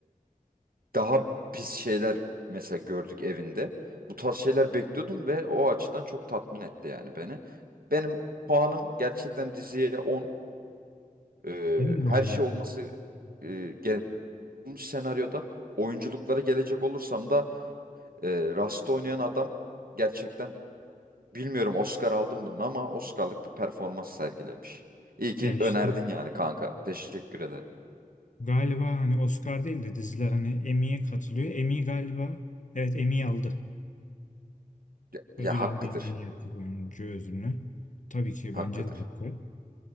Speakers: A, on the right (about 85°); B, on the left (about 60°).
A: daha pis şeyler mesela gördük evinde. Bu tarz şeyler bekliyordum ve o açıdan çok tatmin etti yani beni. Benim puanım gerçekten diziye 10. Ee,
B: Benim de
A: her
B: onu
A: şey
B: ya.
A: olması e, gel- olmuş senaryoda oyunculuklara gelecek olursam da e, Rust'ta oynayan adam gerçekten bilmiyorum Oscar aldım bunun ama Oscar'lık bir performans sergilemiş. İyi ki
B: Ya işte.
A: önerdin yani kanka. Teşekkür ederim.
B: Galiba hani Oscar değil de diziler hani Emmy'ye katılıyor. Emmy galiba evet Emmy aldı.
A: Ya,
B: Ödül
A: ya hakkıdır.
B: aldı en iyi erkek oyuncu ödülünü. Tabii ki
A: Hakkıdır.
B: bence de hakkı.